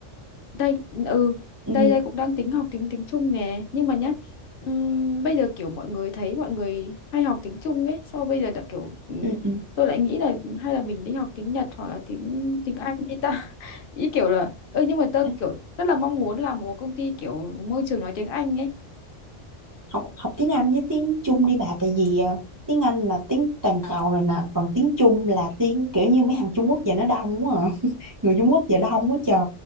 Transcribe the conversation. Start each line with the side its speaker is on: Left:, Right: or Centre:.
Left: đây ừ
Right: ừ,
Left: đây đây cũng đang tính học tiếng tiếng Trung nè nhưng mà nhá ừm, bây giờ kiểu mọi người thấy mọi người hay học tiếng Trung ấy sau bây giờ đã kiểu ừm,
Right: ừ, ừ.
Left: tôi lại nghĩ là hay là mình đi học tiếng Nhật hoặc là tiếng tiếng Anh đi ta <laughs> ý kiểu là ơ nhưng mà tôi
Right: Ê,
Left: kiểu rất là mong muốn làm một công ty kiểu môi trường nói tiếng Anh ấy
Right: học học tiếng Anh với tiếng Trung đi bà tại vì ờ, tiếng Anh là tiếng toàn cầu rồi nè còn tiếng Trung là tiếng kiểu như mấy hàng Trung Quốc giờ nó đông quá à. <laughs> người Trung Quốc giờ đông quá trời